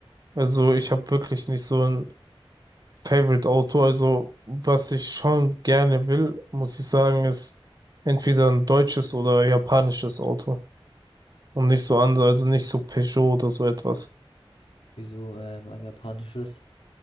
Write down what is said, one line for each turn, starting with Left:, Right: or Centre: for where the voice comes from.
Right: Also ich habe wirklich nicht so ein Favorite-Auto. Also was ich schon gerne will, muss ich sagen, ist entweder ein deutsches oder japanisches Auto. Und nicht so andere, also nicht so Peugeot oder so etwas.
Left: Wieso ähm, ein japanisches?